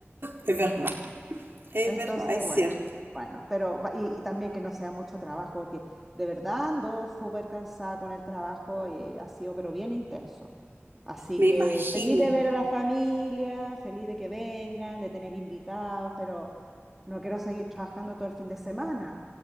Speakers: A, on the right (about 50°); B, in the centre.
A: Es verdad, es
B: Entonces,
A: verdad, es
B: bueno,
A: cierto.
B: bueno, pero va- y, y también que no sea mucho trabajo, porque de verdad ando súper cansada con el trabajo y ha sido, pero bien intenso. Así
A: Me
B: que
A: imagino.
B: feliz de ver a la familia, feliz de que vengan, de tener invitados, pero no quiero seguir trabajando todo el fin de semana.